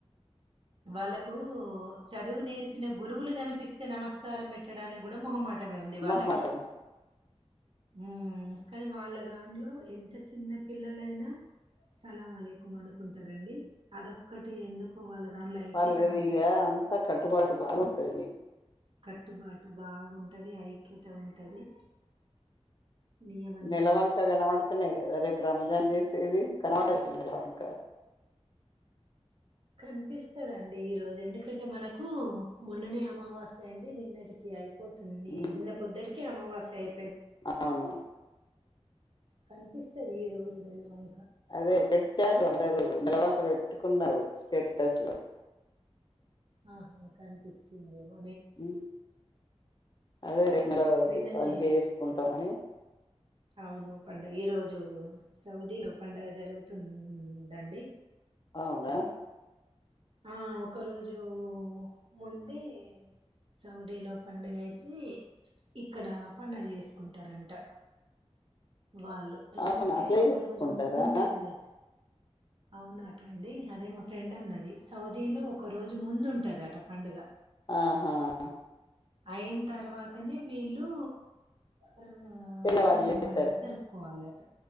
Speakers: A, on the right; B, on the left.
A: వాళ్ళకు చదువు నేర్పిన గురువులు కనిపిస్తే నమస్కారం పెట్టడానికి కూడా మొహ మాట మే ఉంది వాళ్ళకి
B: మొహమాటమే
A: హ్మ్ కానీ వాళ్ళ దాంట్లో ఎంత చిన్న పిల్లలైనా సులాంవాలేకుం అనుకుంటరండి అదొక్కటి ఎందుకు వాళ్ళ దానిలో ఐక్యత
B: పర్లేదు
A: ఉంటది
B: ఇగా అంతా కట్ ట్టుబాటు బాగుంటది
A: కట్టుబాటు బాగు ఉంటది ఐక్యత ఉంటది నియమ నిబంధన
B: నెలవంక కనబడతనే
A: ఉంటది
B: కదా రేపు రంజాన్ జేసు ది కనవడ్డదట నెలవంక
A: కనిపిస్తదండి ఈ రోజు ఎందుకంటే మనకు మొన్ననే అమావాస్య అయింది నిన్నటికి అయిపోత తుంది
B: ఉమ్
A: నిన్న పొద్దుటి కె అమమావాస్య అయి
B: అవును
A: కనిపిస్తది ఈ రోజు నెల వం
B: అదే పెట్టారు అందరు నెలవంక పెట్టుకున్నారు స్టేటస్లో
A: ఆహా కనిపిచ్చిందేమో
B: ఉ అదే రేపు మరే
A: నిన్ననే
B: పందుగే వేసుకుంటామని
A: అవును పండగ ఈ రోజు సౌదీలో పండగ జరుగుతుం వద్దండి.
B: అవునా
A: ఆ ఒక రోజు ముందే సౌదీలో పండగ అయితే ఇక్కడ పండగ చేసుకుంటారంట. వాళ్ళు ఎందుకంటే
B: అవునా అట్లా
A: ఒక
B: చేసుకుంటారా
A: రోజు ముందుంటది. కదా అవునాట అండి. అదే మా ఫ్రెండ్ అన్నది సౌదీలో ఒక రోజు ముందు ఉంటదట పండుగ.
B: ఆహా ఆ
A: ఐన్ తర్వాత నే వీళ్ళూ అ
B: తెల్లవారి
A: రంజాన్
B: చేస్తారేమో
A: పండగా జరుపుకోవాలట